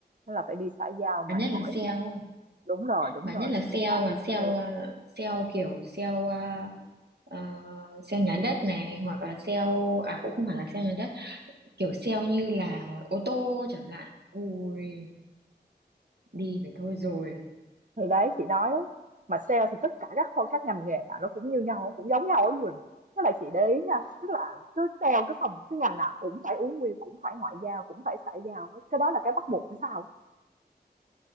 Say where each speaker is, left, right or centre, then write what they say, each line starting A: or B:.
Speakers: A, on the right; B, on the right.
A: nó là phải đi xã giao mệt
B: mà nhất
A: mỏi
B: là sale
A: lắm đó. đúng rồi đúng
B: mà
A: rồi
B: nhất là
A: đấy,
B: sale
A: các bạn
B: và
A: đúng
B: sale
A: rồi.
B: ờ, sale kiểu sale ờ, ờ, sale nhà đất này hoặc là sale à cũng không hẳn là sale nhà đất kiểu sale như là ô tô chẳng hạn ui đi phải thôi rồi
A: thì đấy chị nói đấy mà sale thì tất cả các phong các ngành nghề nào nó cũng như nhau cũng giống nhau đó Quỳnh tức là chị để ý nha tức là cứ sale cái phòng cái ngành nào cũng phải uống bia cũng phải ngoại giao cũng phải xã giao hết cái đó là cái bắt buộc phải sao